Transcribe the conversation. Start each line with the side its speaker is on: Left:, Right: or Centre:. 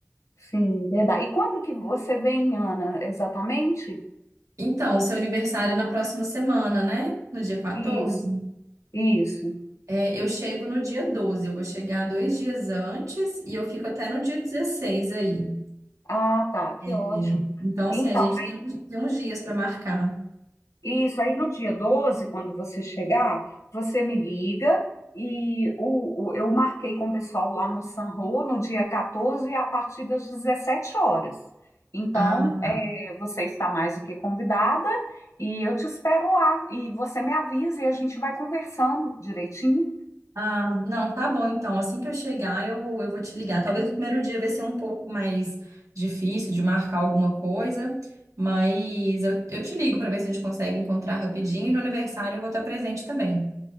Left: Sim, verdade. E quando que você vem, Ana, exatamente?
Right: Então, o seu aniversário é na próxima semana, né? No dia quatorze
Left: Isso, isso.
Right: É, eu chego no dia 12, eu vou chegar dois dias antes e eu fico até no dia 16 aí.
Left: Ah, tá, que
Right: É,
Left: ótimo.
Right: é. então, assim,
Left: Então,
Right: a gente tem, tem uns dias para marcar.
Left: aí- isso aí no dia 12, quando você chegar, você me liga e o, o- eu marquei com o pessoal lá no Sanro no dia 14 a partir das 17 horas. Então,
Right: Ah,
Left: é, você está mais do que convidada e eu te espero lá. E você me avisa e a gente vai conversando direitinho.
Right: ah, não, tá bom, então. Assim que eu chegar, eu, eu vou te ligar. Talvez no primeiro dia vai ser um pouco mais difícil de marcar alguma coisa, mas eu, eu te ligo para ver se a gente consegue encontrar rapidinho. E no aniversário eu vou estar presente também.